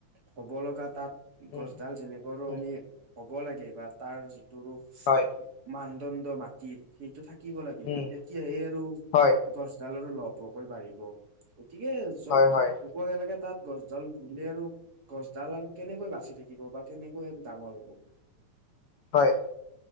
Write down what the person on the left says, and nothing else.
উম
উম
হয়।
উম
হয়
হয় হয়
হয়।